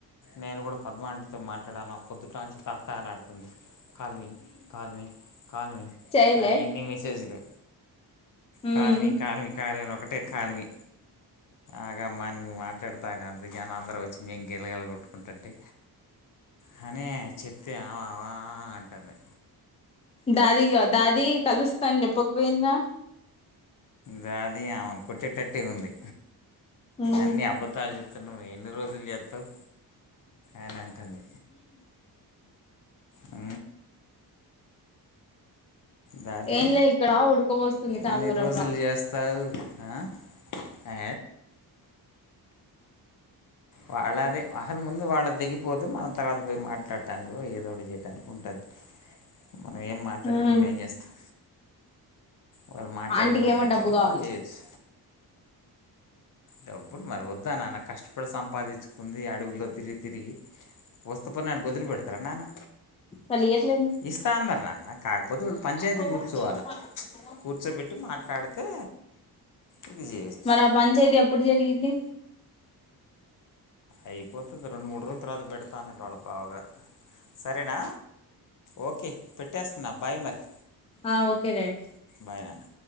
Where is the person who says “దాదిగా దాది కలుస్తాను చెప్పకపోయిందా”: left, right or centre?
Left